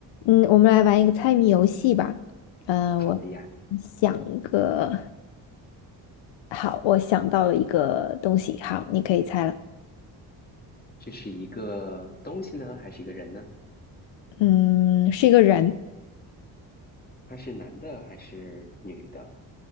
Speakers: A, on the left; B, on the left.
A: 嗯，我们来玩一个猜谜游戏吧。嗯，
B: 好的呀，
A: 我想一个，好，我想到了一个东西，好，你可以猜了。
B: 这是一个东西呢，还是一个人呢？
A: 嗯，是一个人，
B: 他是男的还是女的？